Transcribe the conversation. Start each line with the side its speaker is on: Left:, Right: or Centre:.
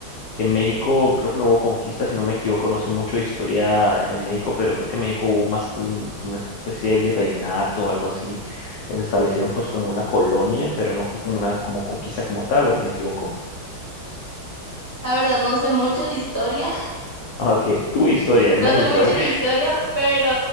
Left: que en México creo que no hubo conquista, si no me equivoco, no sé mucho de historia en México, pero creo que en México hubo más como un- como una especie de virreinato o algo así, donde establecieron pues como una colonia, pero no fue como una como conquista como tal, o me equivoco.
Right: La verdad, no sé mucho de historia,
Left: Ah, Ok, tu historia es
Right: No
Left: México,
Right: sé mucho
Left: ¿eh?
Right: de historia, pero